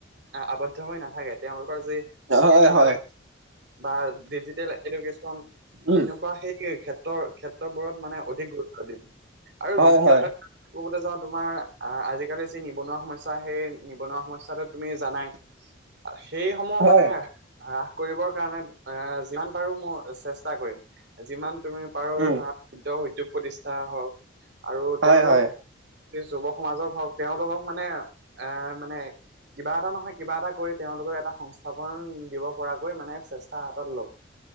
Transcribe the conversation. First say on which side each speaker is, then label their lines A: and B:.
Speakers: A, on the right (about 55°); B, on the right (about 75°).
A: আৱদ্ধ হৈ নাথাকে, তেওঁলোকৰ যি- স্কিল
B: হয়
A: ডেভেলপ
B: হয়।
A: বা ডিজিটেল এডুকেশ্যন,
B: উম
A: তেনেকুৱা সেই ক্ষেত্ৰৰ ক্ষেত্ৰ- বোৰত মানে অধিক গুৰুত্ব দিম। আৰু
B: হয়
A: দ্বিতীয়তে-
B: হয়
A: ক'বলৈ যাও তোমাৰ আ আজিকালি যি নিবনুৱা সমস্যা সেই নিবনুৱা সমস্যাটো তুমি জানাই।
B: <inaudible>
A: সেই সমূহ
B: হয়
A: মানে আহ কৰিবৰ কাৰণে এ যিমান পাৰো মোৰ চেষ্টা কৰিম। যিমান তুমি পাৰো
B: উম
A: ধৰা- ক্ষুদ্ৰ উদ্যোগ প্ৰতিষ্ঠা হওক আৰু
B: হয়
A: তেওঁলোকৰ-
B: হয়
A: গোতেই যুৱ সমাজক হওক। তেওঁলোকক মানে আহ মানে কিবা এটা নহয় কিবা এটা কৰি তেওঁলোকৰ এটা সংস্থাপন দিব পৰা- কৈ মানে চেষ্টা হাতত ল'ম।